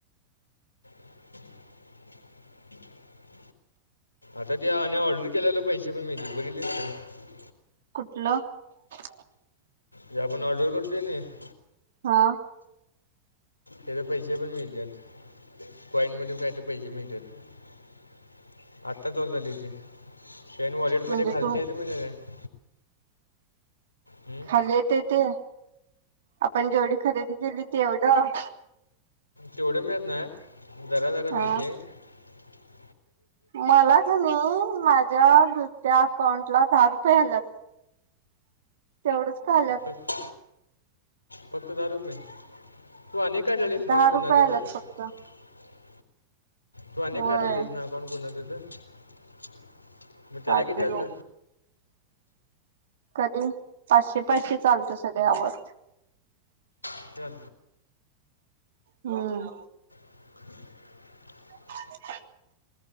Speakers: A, on the left; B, on the right.
A: हह <inaudible> आता ते आणि ऑर्डर केल्याल पैशे पण मिळत्यात बघितलीस काय? <inaudible>
B: कुठलं? <inaudible>
A: जे आपण ऑर्डर करतोय कने <inaudible>
B: हा
A: तेज पैशे पण मिळत्यात कॉईंन <inaudible> मध्ये काय तर पैशे मिळत्यात आता चालू झालय ते शेन -वॉलेट मध्ये
B: म्हणजे
A: खालती
B: तू
A: येतय माहिती हाय काय <inaudible> हं?
B: खाली येतय ते आपण जेवढी खरेदी केली तेवढं <inaudible>
A: तेवढ मिळत नाय <inaudible> जरा -जरा
B: हा
A: मिळतय <inaudible>
B: मला का नाही माझ्या दुसऱ्या अकाउंटला दहा रुपये आल्यात. तेवढंच का आल्यात?
A: फक्त फक्त दहा रुपये? <inaudible> तू अनेक काढलेलीस
B: दहा
A: नव्ह
B: रुपये
A: कोणाच
B: आल्यात
A: तर? <inaudible>
B: फक्त
A: तू अनेक
B: होय
A: काढलेलीस ना अकाऊंट कोणाच तर <inaudible> मग त्याला
B: काढलेलो
A: किती आलत
B: कधी पाचशे पाचशे चालतं सगळ आवड
A: त का
B: हम्म
A: हो
B: ह